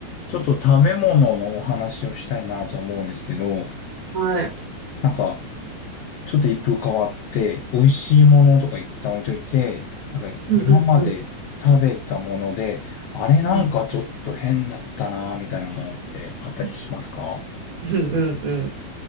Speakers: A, on the left; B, on the right.
A: ちょっと食べ物のお話をしたいなと思うんですけど、
B: はい。
A: なんか、ちょっと一風変わって、美味しいものとか一旦置いといて、なんか今まで食べたもので、
B: うんうんうん
A: あれなんかちょっと変だったなみたいなものってあったりしますか
B: うん。うんうんうん。